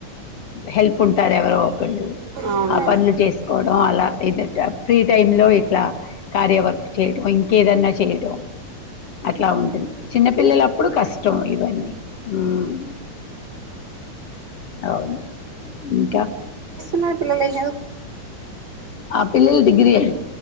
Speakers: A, on the left; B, on the right.
A: హెల్ప్ ఉంటారు ఎవరో కళ్ళు
B: అవునా
A: ఆ పన్లు చేస్కో తొ అల ఇది ఫ్రీ టైమ్లో ఇట్లా కార్యవర్క్ చేయటం ఇంకేదన్నా చేయటం అట్లా ఉంటది చిన్నపిల్లలప్పుడు కష్టం ఇవన్నీ ఉమ్ ఔను ఇంకా చి
B: న్నా పిల్లలెం జదు
A: అ పిల్లల్ డిగ్రీ అ